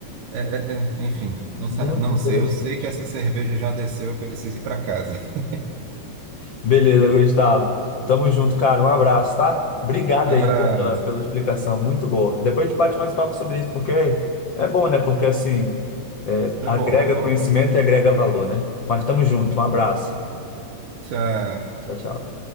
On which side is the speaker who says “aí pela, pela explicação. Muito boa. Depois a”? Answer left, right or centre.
Left